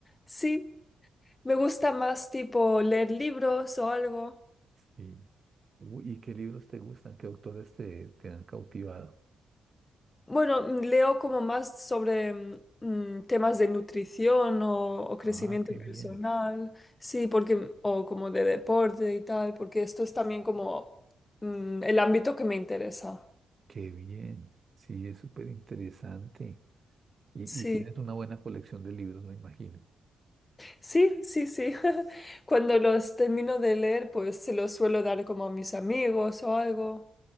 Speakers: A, on the left (about 15°); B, on the right (about 30°).
A: Sí, me gusta más tipo leer libros o algo.
B: sí. Uy, ¿y qué libros te gustan? ¿Qué autores te, te han cautivado?
A: Bueno, mm, leo como más sobre mm, mm, temas de nutrición o, o crecimiento
B: Ah, qué
A: personal,
B: bien,
A: sí, porque, o como de deporte y tal, porque esto es también como mm, el ámbito que me interesa.
B: qué bien. Sí, es súper interesante. Y,
A: Sí,
B: y tienes una buena colección de libros, me imagino.
A: sí, sí, sí. <laughs> Cuando los termino de leer, pues se los suelo dar como a mis amigos o algo.